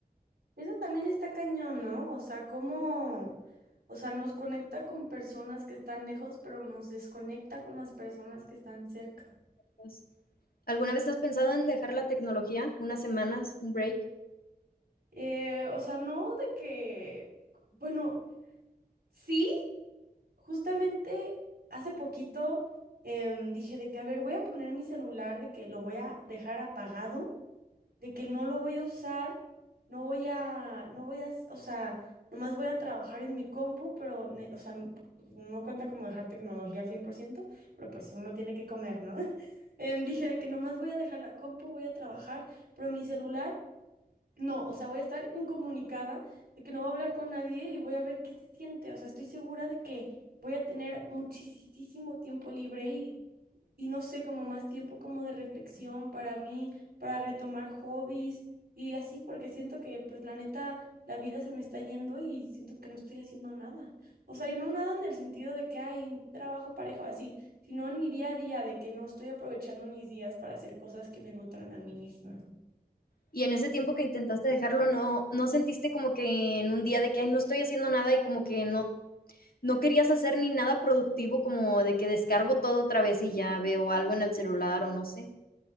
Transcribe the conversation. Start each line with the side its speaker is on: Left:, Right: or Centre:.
Right: Eso también está cañón, ¿no? O sea, cómo, o sea, nos conecta con personas que están lejos, pero nos desconecta con las personas que están cerca.
Left: pues. ¿Alguna vez has pensado en dejar la tecnología unas semanas, un break?
Right: Eh, o sea, no de que, bueno. Sí, Justamente hace poquito em, dije de que, a ver, voy a poner mi celular, de que lo voy a dejar apagado, de que no lo voy a usar, no voy a, no voy a, s- o sea, nomás voy a trabajar en mi compu, pero, ne- o sea, no, no cuenta como dejar tecnología al cien por ciento pero pues uno tiene que comer, ¿no? <laughs> Em, dije de que nomás voy a dejar la compu, voy a trabajar, pero mi celular... No, o sea, voy a estar incomunicada de que no voy a hablar con nadie y voy a ver qué se siente. O sea, estoy segura de que voy a tener muchísimo tiempo libre y, y no sé, como más tiempo como de reflexión para mí, para retomar hobbies y así, porque siento que pues la neta, la vida se me está yendo y siento que no estoy haciendo nada. O sea, y no nada en el sentido de que hay trabajo, pareja o así, sino en mi día a día, de que no estoy aprovechando mis días para hacer cosas que me nutran a mí misma.
Left: Y en ese tiempo que intentaste dejarlo, ¿no, no sentiste como que en un día de que, ay, no estoy haciendo nada y como que no, no querías hacer ni nada productivo, como de que descargo todo otra vez y ya veo algo en el celular o no sé?